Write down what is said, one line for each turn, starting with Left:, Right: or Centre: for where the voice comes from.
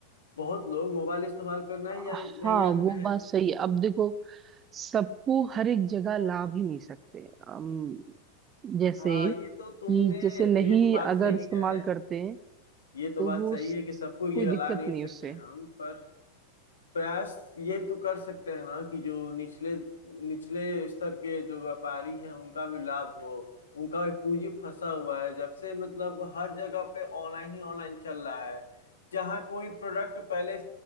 Left: बहुत लोग मोबाइल इस्तेमाल करना ही
Right: हाँ
Left: जान- नहीं जानते
Right: वो
Left: हैं
Right: बात सही है अब देखो सबको हर एक जगह ला भी नहीं सकते हम जैसे
Left: हाँ ये
Right: कि
Left: तो तुमने
Right: जैसे नहीं
Left: ये तो बात सही
Right: अगर इस्तेमाल
Left: है
Right: करते हैं
Left: ये तो
Right: तो
Left: बात
Right: वो
Left: सही
Right: स-
Left: है कि सबको ये
Right: कोई
Left: गला
Right: दिक्कत
Left: नहीं
Right: नहीं
Left: सकते
Right: उससे
Left: हम पर प्रयास ये तो कर सकते हैं ना कि जो निचले निचले स्तर के जो व्यापारी हैं उनका भी लाभ हो उनका भी पूंजी फंसा हुआ है जब से मतलब हर जगह पे ऑनलाइन ही ऑनलाइन चल रहा है जहाँ कोई प्रोडक्ट पहले